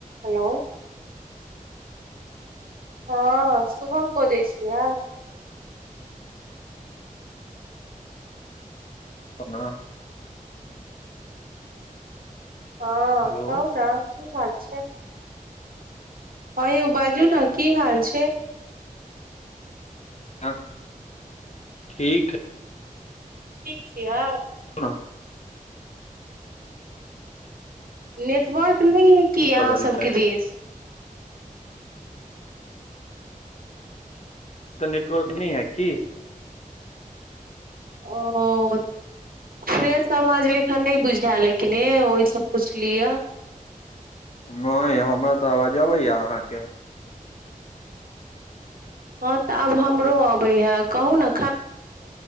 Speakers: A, on the right; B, on the left.
A: हेलो हँ शुभम बजै छियै
B: ओना
A: हाँ
B: हेलो
A: कहौ ना की हाल छै हँ यौ बाजू ने की हाल छै
B: हँ ठीक
A: ठीक छियै
B: ह
A: नेटवर्क नयि की
B: कर
A: अहाँ
B: रहल
A: सबके
B: छै
A: देश
B: ई तऽ नेटवर्क नहि है की
A: ओ फ्रेस आवाज लेखा नयि बुझायल लेकिन ए ओहिसँ पुछ लियै
B: नहि हमरा तऽ अवाज अबैया अहाँके
A: हँ तऽ आब हमरो अबै हए कहू ने